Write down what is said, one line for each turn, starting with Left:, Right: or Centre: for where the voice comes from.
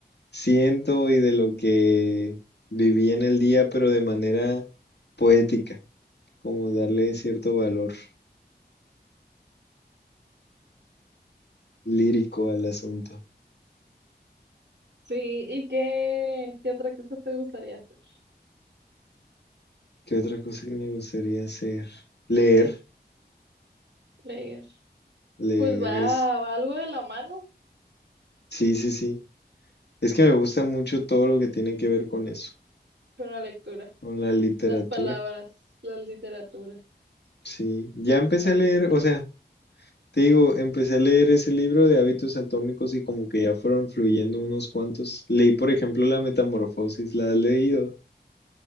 Left: siento y de lo que viví en el día, pero de manera poética, como darle cierto valor lírico al asunto.
Right: Sí, ¿y qué, qué otra cosa te gustaría hacer?
Left: ¿Qué otra cosa que me gustaría hacer? Leer,
Right: Leer.
Left: leer
Right: Pues va,
Left: es,
Right: va algo de la mano
Left: sí, sí, sí. Es que me gusta mucho todo lo que tiene que ver con eso,
Right: con la lectura,
Left: con la literatura.
Right: las palabras, la literatura,
Left: Sí, ya empecé
Right: las
Left: a leer,
Right: letras.
Left: o sea, te digo, empecé a leer ese libro de hábitos atómicos y como que ya fueron fluyendo unos cuantos. Leí, por ejemplo, La Metamorfosis, ¿la has leído?